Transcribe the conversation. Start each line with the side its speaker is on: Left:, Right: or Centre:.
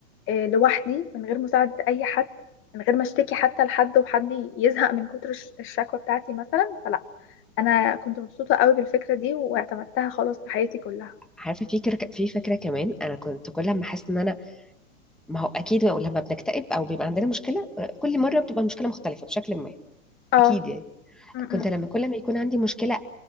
Left: آه، لوحدي من غير مساعدة أي حد من غير ما اشتكي حتى لحد وحد يزهق من كتر الش- الشكوى بتاعتي مثلا فلا أنا كنت مبسوطة قوي بالفكرة دي واعتمدتها خلاص في حياتي كلها
Centre: عارفه في كر... في فكره كمان انا كنت كل ما احس ان انا ما هو اكيد لما بنكتئب او بيبقى عندنا مشكله كل مره بتبقى المشكله مختلفه بشكل ما
Left: اه
Centre: اكيد يعني
Left: م-م.
Centre: كنت لما كل ما يكون عندي مشكله